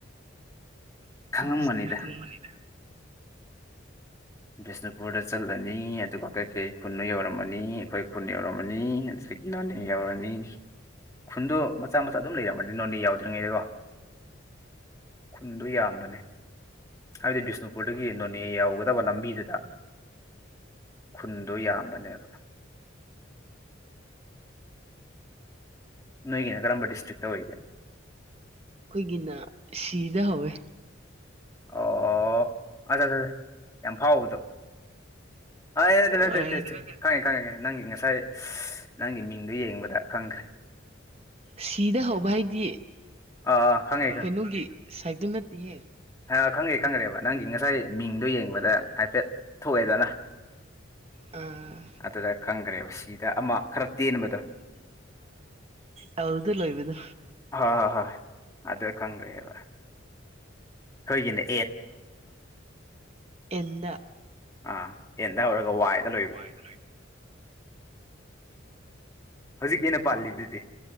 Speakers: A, on the right; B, on the left.
A: <inaudible>
B: ꯈꯪꯉꯝꯒꯅꯤꯗ ꯕꯤꯁꯅꯨꯄꯨꯔꯗ ꯆꯠꯂꯅꯤ ꯑꯗꯨꯒ ꯀꯩꯀꯩ ꯈꯨꯟꯅ ꯌꯧꯔꯝꯃꯅꯤ ꯑꯩꯈꯣꯏ ꯈꯨꯟ ꯌꯧꯔꯝꯃꯅꯤ ꯑꯗꯨꯗꯒꯤ ꯏꯅꯦ ꯌꯎꯔꯅꯤ ꯈꯨꯟꯗꯣ ꯃꯆꯥ-ꯃꯆꯥ ꯑꯗꯨꯝ ꯂꯩꯔꯝꯃꯅꯤ ꯅꯣꯅꯦ ꯌꯥꯎꯗ꯭ꯔꯤꯉꯩꯗꯀꯣ ꯈꯨꯟꯗꯨ ꯌꯥꯝꯕꯅꯦ ꯍꯥꯏꯗꯤꯁ <unintelligible> ꯕꯤꯁꯅꯨꯄꯨꯔꯗꯒꯤ ꯅꯣꯅꯦ ꯌꯧꯎꯒꯗꯕ ꯂꯝꯕꯤꯗꯨꯗ ꯈꯨꯟꯗꯣ ꯌꯥꯝꯕꯅꯦꯕ ꯅꯣꯏꯒꯤꯅ ꯀꯔꯝꯕ ꯗꯤꯁꯇ꯭ꯔꯤꯛꯇ ꯑꯣꯏꯒꯦ
A: ꯑꯩꯈꯣꯏꯒꯤꯅ ꯁꯤꯗ ꯍꯧꯋꯦ
B: ꯑꯣ ꯑꯆꯥ-ꯆꯥ-ꯆꯥ ꯌꯥꯝ ꯐꯥꯎꯕꯗꯣ ꯑ ꯑꯩ ꯅꯠꯇꯦ
A: ꯑꯥ
B: ꯅꯠꯇꯦ ꯅꯠꯇꯦ ꯈꯪꯉꯦ ꯈꯪꯉꯦ ꯅꯪꯒꯤ ꯉꯁꯥꯏ ꯅꯪꯒꯤ ꯃꯤꯡꯗꯣ ꯌꯦꯡꯕꯗ ꯈꯪꯈ꯭ꯔꯦ
A: ꯁꯤꯗ ꯍꯧꯕ ꯍꯥꯏꯗꯤ
B: ꯑꯥ ꯈꯪꯉꯦ
A: ꯀꯩꯅꯣꯒꯤ ꯁꯥꯏꯗꯨ ꯅꯠꯇꯤꯍꯦ
B: ꯈꯪꯈ꯭ꯔꯦ ꯈꯪꯈ꯭ꯔꯦꯕ ꯅꯪꯒꯤ ꯉꯁꯥꯏ ꯃꯤꯡꯗꯣ ꯌꯦꯡꯕꯗ ꯍꯥꯏꯐꯦꯠ ꯊꯣꯛꯑꯦꯗꯅ
A: ꯑꯥ
B: ꯑꯗꯨꯗ ꯈꯪꯈ꯭ꯔꯦ ꯁꯤꯗ ꯑꯃ ꯈꯔ ꯇꯦꯟꯕꯗꯣ
A: ꯑꯗꯨꯗ ꯂꯩꯕꯗꯣ
B: ꯍꯣꯏ ꯍꯣꯏ ꯍꯣꯏ ꯑꯗꯨꯗ ꯈꯪꯑꯕ ꯈꯣꯏꯒꯤꯅꯦ
A: ꯑꯦꯟꯗ
B: ꯑꯥ ꯑꯦꯟꯗ ꯍꯧꯔꯒ ꯋꯥꯏꯗ ꯂꯣꯏꯕꯗꯣ
A: ꯂꯩ
B: ꯍꯧꯖꯤꯛꯀꯤ ꯑꯩꯅ ꯄꯥꯜꯂꯤꯗꯨꯗꯤ